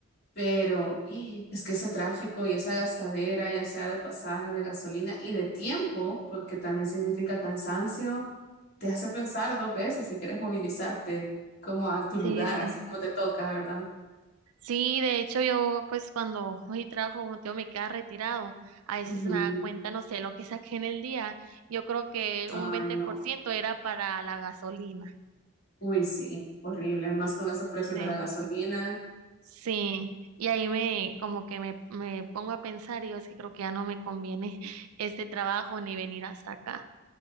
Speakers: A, on the left; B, on the right.
A: Pero ¡ih! es que ese tráfico y esa gastadera, ya sea de pasaje, de gasolina y de tiempo, porque también significa cansancio, te hace pensar dos veces si quieres movilizarte como a tu lugar,
B: sí. sí.
A: así como te toca, ¿verdad?
B: Sí, de hecho yo pues cuando hoy trabajo como te digo me queda retirado, a veces
A: Ujú.
B: me da cuenta, no sé, lo que saqué en el día, yo creo que
A: Ay,
B: un veinte
A: no.
B: por ciento era para la gasolina,
A: Uy, sí, horrible. Más con esos precios
B: sí,
A: de la gasolina.
B: sí, y ahí me como que me, me pongo a pensar y yo es que creo que ya no me conviene <laughs> este trabajo ni venir hasta acá,